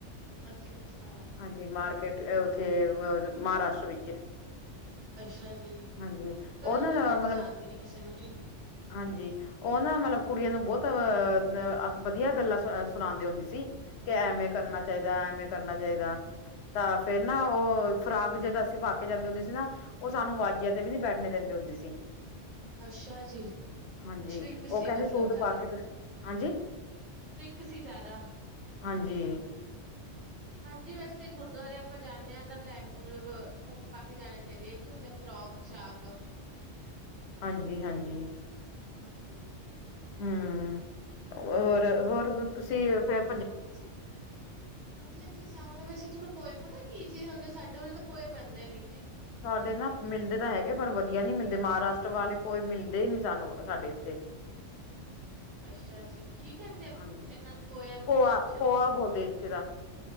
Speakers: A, on the right (about 70°); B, on the left (about 65°).
A: ਅੱਛਾ-ਅੱਛਾ।
B: ਹਾਂਜੀ ਮਾਰਕੀਟ ਉੱਥੇ ਅਹ ਮਹਾਰਾਸ਼ਟਰ ਵਿੱਚ।
A: ਅੱਛਾ ਜੀ
B: ਹਾਂਜੀ
A: ਪਤਾ
B: ਉਨਾਂ
A: ਨੀ
B: ਦਾ
A: ਮੈਂ ਤਾਂ
B: ਮਤਲਬ
A: ਜਾਣਦੀ ਨੀ ਕਿਸੇ ਨੂੰ ਜੀ
B: ਹਾਂਜੀ ਉਹ ਨਾ ਮਤਲਬ ਕੁੜੀਆਂ ਨੂੰ ਬਹੁਤ ਅਹ ਵਧੀਆ ਗੱਲਾਂ ਸੁ ਸੁਣਾਉਂਦੇ ਹੁੰਦੀ ਸੀ ਕਿ ਐਮੇ ਕਰਨਾ ਚਾਹੀਦਾ ਐਮੇ ਕਰਨਾ ਚਾਹੀਦਾ। ਤਾਂ ਫੇਰ ਨਾ ਉਹ ਫਰਾਕ ਜਦੋਂ ਅਸੀਂ ਪਾ ਕੇ ਜਾਂਦੇ ਹੁੰਦੇ ਸੀ ਨਾ ਉਹ ਸਾਨੂੰ ਵੱਜ ਤੇ ਵੀ ਨੀ ਬੈਠਣੇ ਦਿੰਦੇ ਹੁੰਦੇ ਸੀ।
A: ਅੱਛਾ ਜੀ ਸਟ੍ਰਿਕਟ
B: ਹਾਂਜੀ ਉਹ
A: ਸੀ
B: ਕਹਿੰਦੇ
A: ਮਤਲਬ
B: ਸੂਟ
A: ਜ਼ਿਆਦਾ।
B: ਪਾ ਕੇ ਤੁਸੀਂ ਹਾਂਜੀ
A: ਕ ਸੀ ਜ਼ਿਆਦਾ।
B: ਹਾਂਜੀ
A: ਹਾਂਜੀ ਵੈਸੇ ਗੁਰਦੁਆਰੇ ਆਪਾਂ ਜਾਂਨੇ ਹਾਂ ਤਾਂ ਲੈਂ ਮਤਲਬ ਸੂਟ ਪਾ ਕੇ ਜਾਣੇ ਚਾਹੀਦੇ ਹੈ। ਕੀ ਹੁੰਦੇ ਫਰੋਕ ਸ਼ਾਕ?
B: ਹਾਂਜੀ-ਹਾਂਜੀ।
A: ਹਾਂਜੀ।
B: ਹੁੰ ਹੋਰ, ਹੋਰ ਤੁਸੀਂ ਫਿਰ
A: ਹਾਂਜੀ, ਹਾਂਜੀ-ਹਾਂਜੀ, ਅਸੀਂ <unintelligible> ਵੈਸੇ ਤੁਹਨੂੰ ਪਏ ਤਾਂ ਕੀ ਚੀਜ਼ ਹੁੰਦੀ ਸਾਡੇ ਉਰੇ ਤਾਂ ਪੋਏ ਮਿਲਦੇ ਨੀ ਜੀ।
B: ਸਾਡੇ ਨਾ ਮਿਲਦੇ ਤਾਂ ਹੈਗੇ ਪਰ ਵਧੀਆ ਨੀ ਮਿਲਦੇ ਮਹਾਰਾਸ਼ਟਰ ਵਾਲੇ ਕੋਈ ਮਿਲਦੇ ਹੀ ਨੀ ਸਾਨੂੰ ਸਾਡੇ ਇੱਥੇ। <unintelligible>
A: ਅੱਛਾ ਜੀ ਕੀ ਕਹਿੰਦੇ ਆ
B: ਹਾਂਜੀ
A: ਇਹਨਾਂ ਨੂੰ ਪੋਇਆਂ ਨੂੰ
B: ਪੋਆ
A: ਪੰਜਾਬ ਚ?
B: ਪੋਆ ਬੋਲਦੇ ਇੱਥੇ ਦਾ